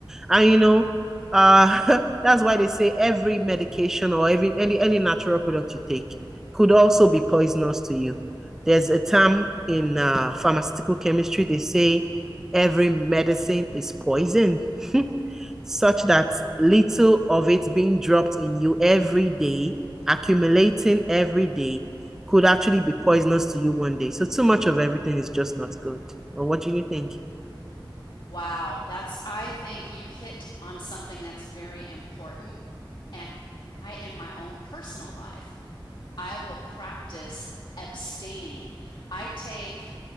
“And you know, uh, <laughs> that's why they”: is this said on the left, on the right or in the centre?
Centre